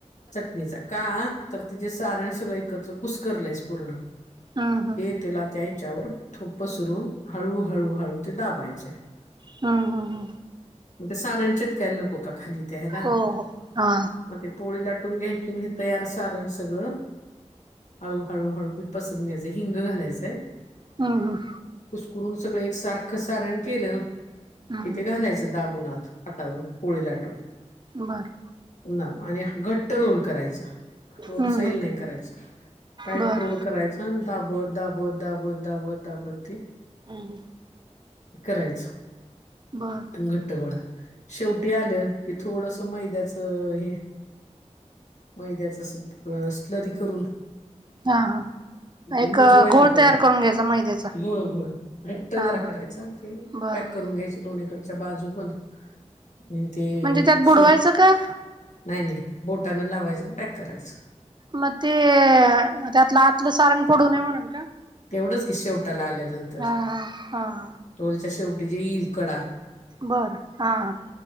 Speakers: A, on the left; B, on the right.
A: चटणीचा का तर तिचेे सारण सगळं एकत्र कुसकरलंयस पूर्ण.
B: हम्म
A: ते त्याला त्या ह्याच्यावर ठोप पसरून हळू हळू ते दाबायचे हाय.
B: हा हा हा.
A: मग ते सारंन चिटकाय नको का खाली त्या हयला
B: हो हो हा
A: मग ते पोळीला लाट कटून घ्यायची हे तयार साराण सगळं हळू हळू हळू पसून घ्यायचंय हिंग घालायचंय
B: हम्म हम्
A: करून सगळं एक सारखं सारण केलं
B: हम्म
A: कि थे घालायचं दाबून आत हातावरून पोळी लाटून
B: बर
A: हो ना आणि घट्ट रोल करायचा रोल
B: हम्म
A: सैल
B: हम्म
A: नाही करायचा टाईट
B: बर
A: रोल करायचा आणि दाबत दाबत दाबत दाबत दाबत ते
B: हम
A: करायचं
B: बर
A: घट्टगोळा शेवटी आलं की थोडस मैद्याच हे मैद्याच अस स्लरी करून <unintelligible>
B: हा हा.
A: ते
B: एक
A: मुजवायला
B: घोळ
A: ग
B: तयार करून घ्यायचा मैद्याचा
A: गुळ गुळ घट्ट
B: हा
A: जरा
B: हा
A: करायचा ते
B: बर
A: ब्या
B: बर
A: करून घ्यायच दोनीकडुन बाजू पण आणि ते
B: म्हणजे त्यात बुडवायचं
A: श
B: का
A: नाही नाही बोटाने लावायचं आणि पॅक करायचं.
B: मग ते त्यातलं आतलं सारण पडू नये म्हणून का.
A: तेवढंच की, शेवटाला आल्यानंतर
B: हा हा हा हा
A: रोलच्या शेवटी जे ईल कडा.
B: बरं हा हा.